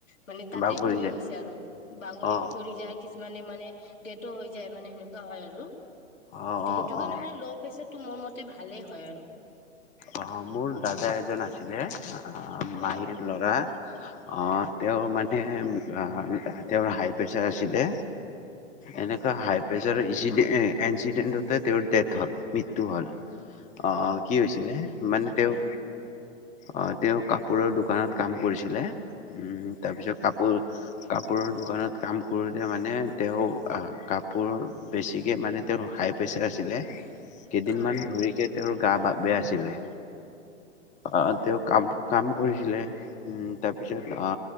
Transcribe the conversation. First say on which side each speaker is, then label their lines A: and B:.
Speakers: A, on the left; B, on the left.
A: মানে তাতেই
B: বাগৰি
A: পৰি
B: যায়
A: গৈছে আৰু, বাগৰিত
B: অ
A: পৰি যায় মানে মানে ডেড্ টো হৈ যায় মানে সেনেকুৱা হয় আৰু।
B: অ
A: সেইটো
B: অ
A: কাৰণে
B: অ
A: মানে ল' প্ৰেচাৰটো মোৰ মতে ভালেই হয় আৰু।
B: অ মোৰ দাদা এজন আছিলে। আহ
A: হয়
B: মাহীৰ ল'ৰা। অহ তেওঁৰ মানে আহ তেওঁৰ হাই প্ৰেচাৰ আছিলে।
A: অ
B: এনেকুৱা হাই প্ৰেচাৰ এনচি অহ এনচিডেন্টতে তেওঁৰ ডেথ হল মৃত্যু হ'ল। অ কি হৈছিলে মানে।
A: দে <unintelligible>
B: তেওঁ অ তেওঁ কাপোৰৰ দোকানত কাম কৰিছিলে। উম তাৰপিছত কাপোৰ কাপোৰৰ দোকানত কাম কৰোঁতে মানে তেওঁ আ কাপোৰ বেছিকৈ মানে তেওঁ হাই প্ৰেছাৰ আছিলে। কেইদিনমান
A: উম
B: ধৰিকে তেওঁৰ গা বা বেয়া আছিলে। অ
A: হয়
B: তেওঁ কাম কাম কৰিছিলে ও তাৰপিছত অ